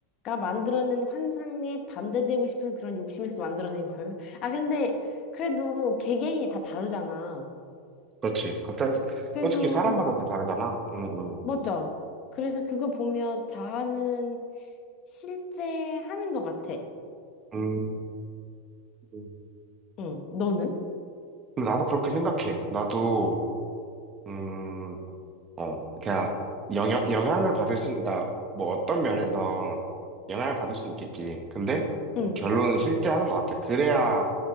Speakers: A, on the left; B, on the right.
A: 만들어낸 환상에 반대되고 싶은 그런 욕심에서 만들어낸 걸. <laughs> 아, 근데 그래도 개개인이 다 다르잖아.
B: 그렇지. 갑자기,
A: 그래서,
B: 솔직히 사람마다 다 다르잖아. 응, 응.
A: 맞아. 그래서 그거 보면 자아는 실제 하는 것 같아.
B: 음, 음.
A: 응, 너는?
B: 근데 나도 그렇게 생각해. 나도, 음, 어, 그냥 영향, 영향을 받을 수, 그러니까 뭐 어떤 면에서 영향을 받을 수 있겠지. 근데
A: 응,
B: 결론은 실제 하는 것 같아. 그래야